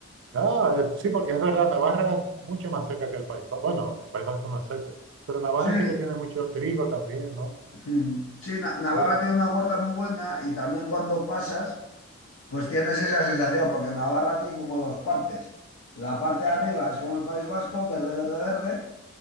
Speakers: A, on the right (about 65°); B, on the left (about 70°).
A: Ah, eh, sí, porque es verdad, Navarra es mucho más seca que el País Vasco. Bueno, el País Vasco no es seco, pero Navarra
B: Sí,
A: sí que tiene mucho trigo también, ¿no?
B: mm, sí, Na- Navarra
A: Yo,
B: tiene una huerta muy buena y también cuando pasas, pues tienes esa sensación, porque Navarra tiene como dos partes. La parte de arriba es como el País Vasco, verde, verde, verde,